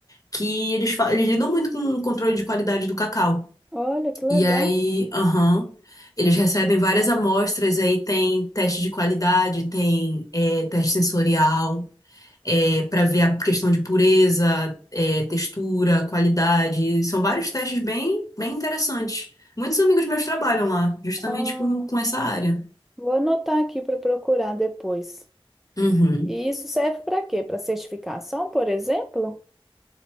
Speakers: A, on the left (about 35°); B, in the centre.
A: que eles, fa- eles lidam muito com o controle de qualidade do cacau.
B: Olha que legal.
A: E aí, aham. Eles recebem várias amostras, aí tem teste de qualidade, tem é, teste sensorial para ver a questão de pureza, é, textura, qualidade. São vários testes bem, bem interessantes. Muitos amigos meus trabalham lá, justamente
B: Ah.
A: com, com essa área.
B: Vou anotar aqui para procurar depois.
A: Uhum.
B: E isso serve para quê? Para certificação, por exemplo?